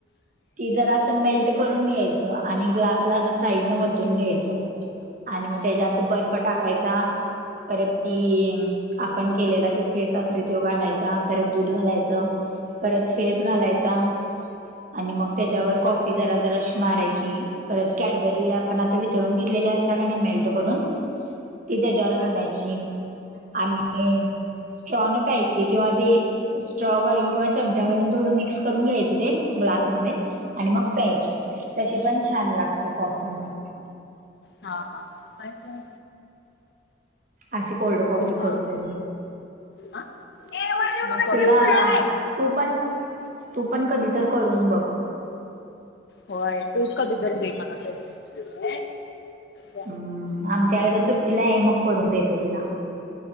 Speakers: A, on the right; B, on the left.
A: ती जर असल. करून घ्यायच आणि ग्लासला असं साईड न वतून घ्यायचं. आणि मग त्याच्यातून बर्फ टाकायचा. परत ती आपण केलेला तो फेस असतो तो घालायचा. परत दूध घालायचं परत फेस घालायचा. आणि मग त्याच्यावर कॉफी जरा जरा मारायची परत कॅडबरी आपण आता वितळून घेतलेली अस. त्या मेल्ट करून ति त्या जवर घालायची आणि स्ट्रॉन प्यायची किंवा ती स्ट्रॉ घालून किंवा चमचा घालून थोडं मिक्स करून घ्यायचं ते ग्लासमध्येध्ये आणि मग प्यायची तशी पण छान लागते कॉफी मग
B: हा हा. मायो.
A: अशी कोल्ड कॉफी
B: हा
A: करतोय मी
B: मग करून
A: तुला
B: दिलीस?
A: तू पण तू पण कधी तर करून
B: <unintelligible>
A: बघ
B: होय तूच कधी दं दे मला कर. उ ब.
A: हम्म आमच्याकडे सुट्टीला आहे मग करून देतो तुला